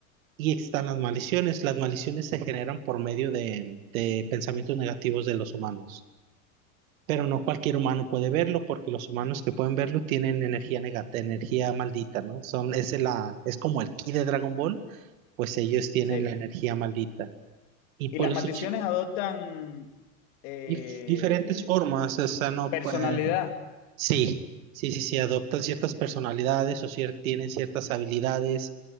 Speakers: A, on the right; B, on the left.
A: y están las maldiciones. Las maldiciones se generan por medio de, de pensamientos negativos de los humanos. Pero no cualquier humano puede verlo porque los humanos que pueden verlo tienen energía negata, energía maldita, ¿no? Son, es, la, es como el ki de Dragon Ball, pues ellos tienen
B: Sí.
A: la energía maldita. Y
B: Y
A: por
B: las
A: los
B: maldiciones
A: hechi-
B: adoptan eh,
A: dif- diferentes formas, o sea, no
B: personalidad.
A: puede. Sí, sí, sí, sí, adoptan ciertas personalidades o cier- tienen ciertas habilidades,